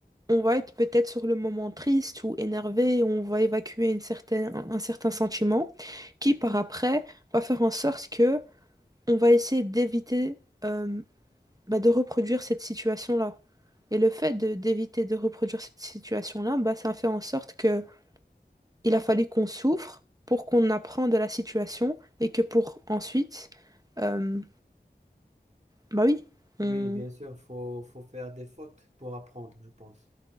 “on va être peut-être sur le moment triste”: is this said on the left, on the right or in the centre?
Right